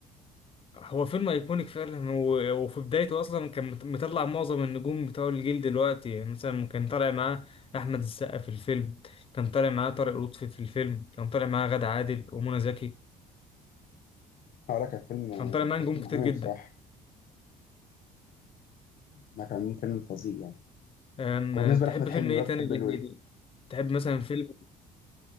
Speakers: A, on the left; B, on the left.
A: هو فيلم أيكونيك فعلا و- وفي بدايته أصلا كان مت- مطلع معظم النجوم بتوع الجيل دلوقتي مثلا كان طالع معاه أحمد السقا في الفيلم كان طالع معاه طارق لطفي في الفيلم كان طالع معاه غادة عادل ومنى زكي
B: اه لا كان فيلم
A: كان
B: آه
A: طالع معاه
B: كان
A: نجوم
B: فيلم
A: كتير
B: عالمي
A: جدا
B: بصراحة ما كان فيلم فظيع يعني
A: آم،
B: وبالنسبة
A: تحب
B: لأحمد حلمي
A: فيلم إيه
B: بقى
A: تاني
B: بتحب له
A: لهنيدي؟
B: ايه؟
A: تحب مثلا فيلم